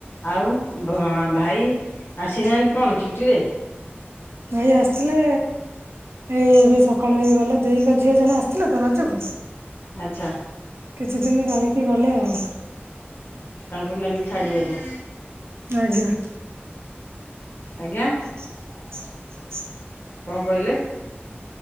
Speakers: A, on the left; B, on the right.
A: ଆଉ ବ ଭାଇ ଆସିନାହାନ୍ତି କଣ ଛୁଟିରେ?
B: ଭାଇ ଆସିଥିଲେ ଏଇ ଏବେ ସକାଳୁ ହେଇ ଗଲେ ଦହିଙ୍କ ଝିଅ ଜଣେ ଆସିଥିଲେ ତ ରଜକୁ
A: ଆଚ୍ଛା।
B: କିଛି ଦିନ ରହିକି ଗଲେ ଆଉ।
A: ତାଙ୍କୁ ନେଲେ ଛାଡ଼ିବାକୁ।
B: ଆଜ୍ଞା।
A: ଆଜ୍ଞା।
B: <unintelligible>
A: କଣ କହିଲେ?